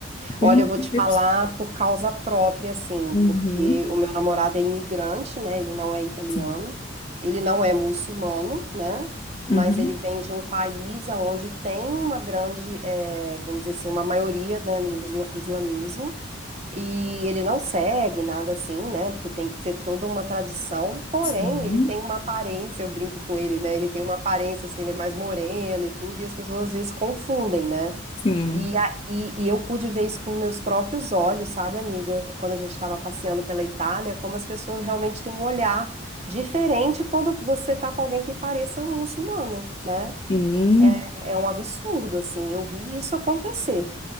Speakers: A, on the left (about 25°); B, on the right (about 35°).
A: têm
B: Olha,
A: uma
B: eu
A: concepção.
B: vou te falar por causa própria, assim,
A: Uhum,
B: porque o meu namorado é imigrante, né? Ele não é italiano,
A: sim.
B: ele não é muçulmano, né?
A: Uhum,
B: Mas ele vem de um país onde tem uma grande, eh, vamos dizer assim, uma maioria, né, no isla- islamismo. E ele não segue nada assim, né? Porque tem que ser toda uma tradição. Porém,
A: sim.
B: ele tem uma aparência, eu brinco com ele, né? Ele tem uma aparência assim, ele é mais moreno e tudo, e as pessoas às vezes confundem, né?
A: Sim.
B: E, a- e, e eu pude ver isso com meus próprios olhos, sabe, amiga? Quando a gente estava passeando pela Itália, como as pessoas realmente têm um olhar diferente quando você tá com alguém que pareça um muçulmano, né?
A: Sim.
B: É, é um absurdo, assim. Eu vi isso acontecer.